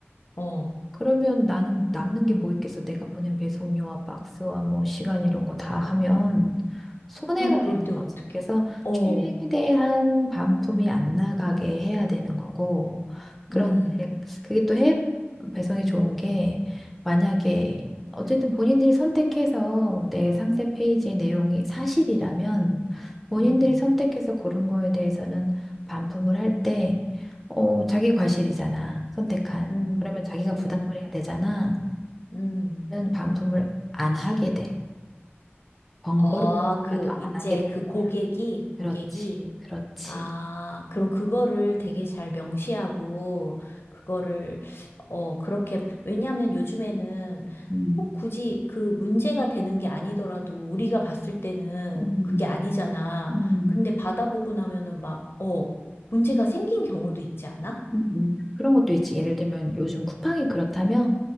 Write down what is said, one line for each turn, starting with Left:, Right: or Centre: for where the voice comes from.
Left: 어.
Centre: 그러면 나는 남는 게 뭐 있겠어? 내가 보낸 배송료와 박스와 뭐 시간 이런 거 다 하면 손해가
Left: 그럼 그럴
Centre: 되는
Left: 때
Centre: 거지.
Left: 어떻게?
Centre: 그래서
Left: 어,
Centre: 최대한 반품이 안 나가게 해야 되는 거고. 그런데
Left: 음,
Centre: 그게 또 해외 배송이 좋은 게 만약에 어쨌든 본인들이 선택해서 내 상세 페이지의 내용이 사실이라면 본인들이
Left: 음,
Centre: 선택해서 고른 거에 대해서는 반품을 할때 어, 자기 과실이잖아. 선택한.
Left: 음,
Centre: 그러면 자기가
Left: 음,
Centre: 부담을 해야 되잖아.
Left: 음.
Centre: 그런 반품을 안 하게 돼. 번거로워서라도
Left: 아, 그,
Centre: 안
Left: 이제
Centre: 하게 되는
Left: 그 고객이,
Centre: 거야.
Left: 고객이,
Centre: 그렇지, 그렇지.
Left: 아, 그럼 그거를 되게 잘 명시하고, 그거를, 어, 그렇게, 왜냐하면 요즘에는
Centre: 음,
Left: 꼭 굳이 그 문제가 되는 게 아니더라도 우리가 봤을 때는
Centre: 음,
Left: 그게 아니잖아.
Centre: 음,
Left: 근데 받아보고 나면은 막, 어, 문제가 생긴 경우도 있지 않아?
Centre: 음, 음. 그런 것도 있지. 예를 들면 요즘 쿠팡이 그렇다면